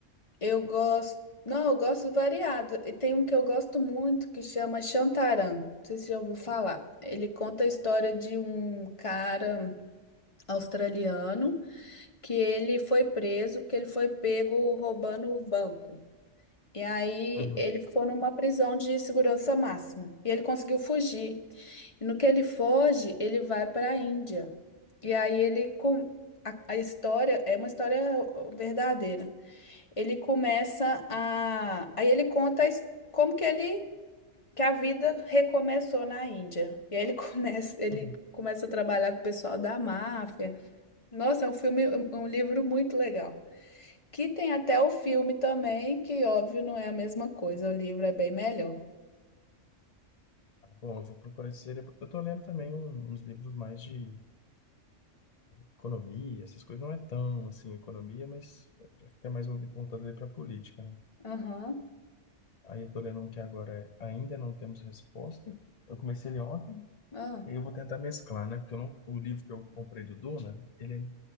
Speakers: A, on the left (about 30°); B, on the left (about 55°).
A: Eu gosto. Não, eu gosto variado. E tem um que eu gosto muito que chama Chantaran. Não sei se já ouviu falar. Ele conta a história de um cara australiano que ele foi preso, que ele foi pego roubando o banco. E aí
B: Uhum.
A: ele ficou numa prisão de segurança máxima. E ele conseguiu fugir. E no que ele foge, ele vai para a Índia. E aí ele com a, a história é uma história verdadeira. Ele começa a aí ele conta a his- como que ele que a vida recomeçou na Índia. E aí ele <laughs> começa ele
B: Uhum.
A: começa a trabalhar com o pessoal da máfia. Nossa, é um filme, um um livro muito legal. Que tem até o filme também, que óbvio não é a mesma coisa, o livro é bem melhor.
B: Tá bom, eu vou procurar esse livro. eu tô lendo também um uns livros mais de economia, essas coisas. Não é tão, assim, economia, mas até mais volvi voltado ali para política, né.
A: Aham.
B: Aí eu tô lendo um que agora é Ainda Não Temos Resposta. Eu comecei ele ontem
A: Ah,
B: Eu vou tentar mesclar, né? Porque eu não, o livro que eu comprei do Duna, ele,